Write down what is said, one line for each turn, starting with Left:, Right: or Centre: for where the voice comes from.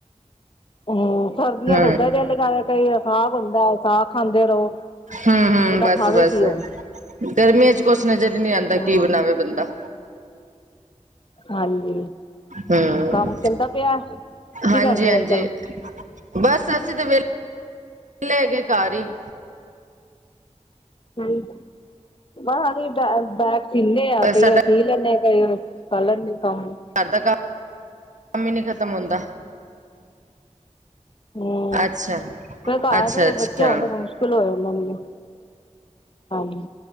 Left: ਹਮ ਸਰਦੀਆਂ
Right: ਹੂੰ
Left: ਤੇ ਓਦਾਂ ਹੀ ਦਿਲ ਲਗਾ ਕਈ ਸਾਗ ਹੁੰਦਾ ਸਾਗ ਖਾਂਦੇ ਰਹੋ
Right: ਹਮ ਹਮ
Left: ਬੰਦਾ
Right: ਬਸ
Left: ਖਾਵੇ
Right: ਬਸ
Left: ਕੀ ਹੁਣ
Right: ਗਰਮੀਆਂ ਚ ਕੁਛ ਨਜ਼ਰ ਹੀ ਨੀ ਆਉਂਦਾ
Left: ਹਾਂ
Right: ਕੀ ਬਣਾਵੇ ਬੰਦਾ
Left: ਹਾਂਜੀ
Right: ਹਮ
Left: ਕੰਮ ਚੱਲਦਾ ਪਿਆ ਕੀ
Right: ਹਾਂਜੀ
Left: ਕਰਦੇ
Right: ਹਾਂਜੀ
Left: ਅੱਜ ਕੱਲ
Right: ਬਸ ਅਸੀਂ ਤੇ ਵੇਲੇ ਵਿਹਲੇ ਹੈਗੇ ਕਾਰ ਹੀ
Left: ਹਮ ਮੈਂ ਹ ਬੈ ਸਿੰਨੇ ਆ
Right: ਅਹ
Left: ਕਈ
Right: ਸਾਡਾ
Left: ਸੀਲਰ ਨੇ ਕਈਰ ਕਲਰ ਨੇ ਕਮ
Right: ਘ ਦਾ ਕੰਮ ਕੰਮ ਹੀ ਨਹੀਂ ਖਤਮ ਹੁੰਦਾ
Left: ਹਮ
Right: ਅੱਛਾ
Left: ਫਿਰ ਘਰ
Right: ਅੱਛਾ
Left: ਤੇ ਫਿਰ
Right: ਅੱਛਾ
Left: ਬੱਚੇ ਹੋਣ ਤੇ ਫੇਰ ਮੁਸ਼ਕਿਲ ਹੋ ਗਿਆ ਉਹਨਾਂ ਨੂੰ ਹਾਂਜੀ